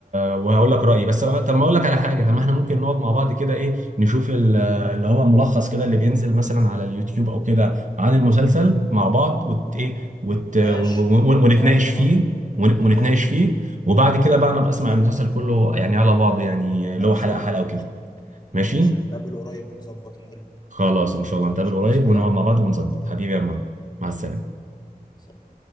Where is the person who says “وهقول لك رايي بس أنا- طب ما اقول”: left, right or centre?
Right